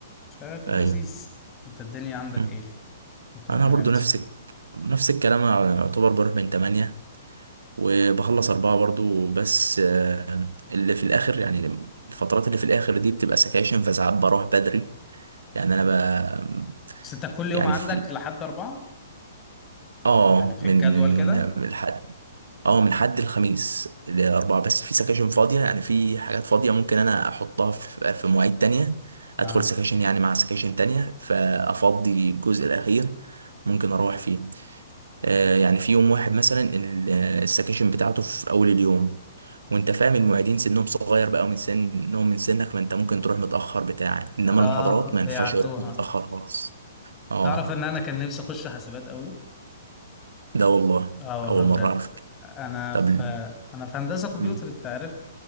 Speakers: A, on the left (about 25°); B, on the right (about 70°).
A: ففي اللذيذ
B: ايوه
A: انت الدنيا عندك
B: مم.
A: ايه بتروح
B: انا
A: من
B: برضو
A: امتى
B: نفسك نفس الكلام أنا يعتبر بروح من 8 وبخلص 4 برضو بس اللي في الاخر يعني الفترات اللي في الاخر دي بتبقى سكاشن فساعات بروح بدري يعني انا ب...
A: بس انت كل يوم
B: يعني
A: عندك
B: في
A: لحد أربعة
B: اه
A: يعني في
B: من
A: الجدول
B: من
A: كده
B: من الحد اه من الحد الخميس لاربعه بس في سكاشن فاضيه يعني في حاجات فاضيه ممكن انا احطها في في مواعيد تانية
A: اه
B: ادخل سكاشن يعني مع سكاشن تانية فافضي الجزء الاخير ممكن اروح فيه آه، يعني في يوم واحد مثلا ال- آه، السكاشن بتاعته في اول اليوم وانت فاهم المعيدين سنهم صغير بقى ومن سنهم من سنك فانت ممكن تروح متاخر بتاع انما
A: اه
B: المحاضرات ما
A: بيعدوها
B: ينفعش يروح متاخر خالص اه
A: تعرف ان انا كان نفسي اخش حاسبات قوي
B: ده والله
A: اه والله
B: اول مره
A: بجد
B: اعرف
A: انا
B: طب
A: في
B: ال-
A: انا في هندسة كمبيوتر
B: مم.
A: انت عارف